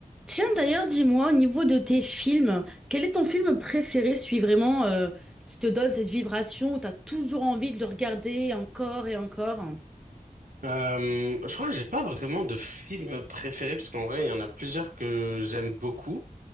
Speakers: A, in the centre; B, on the right.
A: Tiens, d'ailleurs, dis-moi, au niveau de tes films, quel est ton film préféré, celui vraiment euh, qui te donne cette vibration où tu as toujours envie de le regarder encore et encore?
B: Euh, je crois que j'ai pas vraiment de film préféré parce qu'en vrai il y en a plusieurs que j'aime beaucoup,